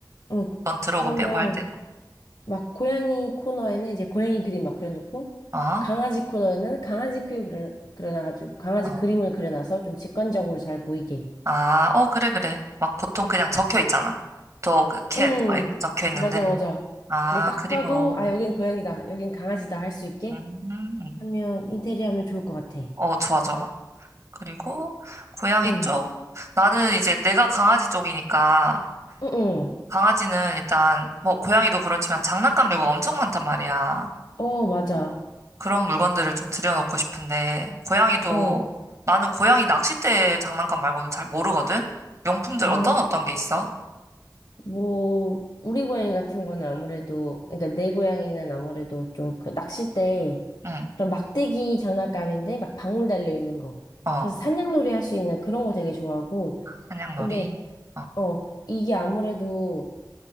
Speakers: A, on the left; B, on the right.
A: 응.
B: 넌 들어오고
A: 그러면
B: 빼고 할 때도.
A: 막 고양이 코너에는 이제 고양이 그림 막 그려놓고
B: 어?
A: 강아지 코너에는 강아지 그림 그려, 그려놔가지고 강아지
B: 어, 어.
A: 그림을 그려놔서 좀 직관적으로 잘 보이게.
B: 아, 어, 그래, 그래. 막 보통 그냥 적혀 있잖아. dog, cat,
A: 응,
B: 막 이렇게 적혀 있는데.
A: 맞아, 맞아.
B: 아,
A: 근데 딱
B: 그림으로.
A: 봐도 아, 여긴 고양이다. 여긴 강아지다 할 수 있게
B: 음,
A: 하면 인테리어 하면 좋을 것 같아.
B: 어, 좋아, 좋아. 그리고 고양이
A: 응,
B: 쪽? 나는 이제 내가 강아지 쪽이니까
A: 응, 응.
B: 강아지는 일단 뭐 고양이도 그렇지만 장난감류가 엄청 많단 말이야.
A: 어, 맞아.
B: 그런 물건들을 좀 들여놓고 싶은데, 고양이도,
A: 어,
B: 나는 고양이 낚싯대 장난감 말고는 잘 모르거든? 용품들
A: 아,
B: 어떤 어떤 게 있어?
A: 뭐, 우리 고양이 같은 거는 아무래도, 그러니까 내 고양이는 아무래도 좀 그 낚싯대
B: 응,
A: 그런 막대기 장난감인데 막 방울 달려 있는 거.
B: 어, 아,
A: 그래서 산양놀이 할 수 있는 그런 거 되게 좋아하고.
B: 사냥놀이?
A: 근데
B: 어,
A: 어 이게 아무래도